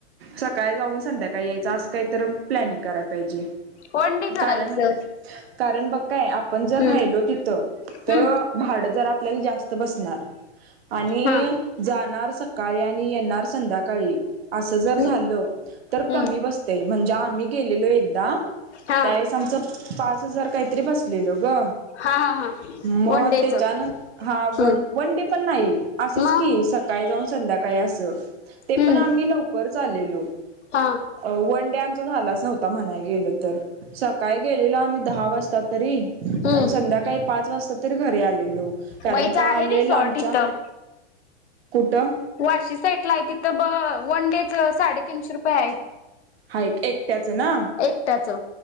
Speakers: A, on the right; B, on the left.
A: सकाळी जाऊन संध्याकाळी यायचं असं कायतर प्लॅनिंग कराय पाहिजे.
B: वनडे करायचं
A: कारण कारण बघ काय आपण जर
B: हम्म
A: राहिलो तिथं त
B: हम्म
A: भाड जरा आपल्याला जास्त बसणार आणि
B: हा
A: जाणार सका काळी आणि येणार संध्याकाळी असं जर झालं
B: हम्म
A: तर
B: हम्म
A: कमी बसतय म्हणजे आम्ही गेलेलो एकदा
B: हा
A: त्यावेळेस आमच पाच हजार काहीतरी बसलेल ग
B: हा हा हा
A: म
B: वन डेच
A: त्याच्यानं हा
B: हम्म
A: वन वन डे पण नाही, असंच
B: मग
A: की सकाळी जाऊन संध्याकाळी असं ते
B: हम्म
A: पण आम्ही लवकरच च आलेलो
B: हा.
A: अ वन डे आमचा झालाच नव्हता म्हणाय गेलं तर सकाळी गेलेलो आम्ही दहा वाजता तरी
B: हम्म
A: आणि संध्याकाळी पाच वाजता तरी घरी आलेलो कारण
B: मग इथं
A: का
B: आहे
A: लई
B: रिसॉर्ट
A: लामच्या,
B: इथं
A: कुठं?
B: वाशी साईट ला आहे तिथं ब वन डे च साडेतीनशे रुपये हाय
A: हाय एक एकट्याच ना
B: एकट्याचं